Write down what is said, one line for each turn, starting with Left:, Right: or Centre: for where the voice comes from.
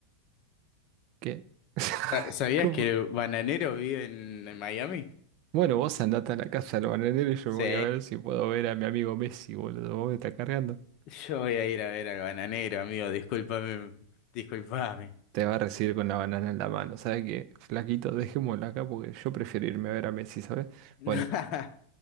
Right: ¿Qué? <laughs>
Left: Ah, ¿Sabías que
Right: ¿Cómo?
Left: el bananero vive en, en Miami?
Right: Bueno, vos andate a la casa del bananero y yo
Left: Sí.
Right: voy a ver si puedo ver a mi amigo Messi, boludo. Vos me estás cargando.
Left: Yo voy a ir a ver al bananero, amigo. Discúlpame, discúlpame.
Right: Te va a recibir con la banana en la mano. ¿Sabes qué? Flaquito, dejémoslo acá porque yo prefiero irme a ver a Messi, ¿sabes?
Left: <laughs>
Right: Bueno.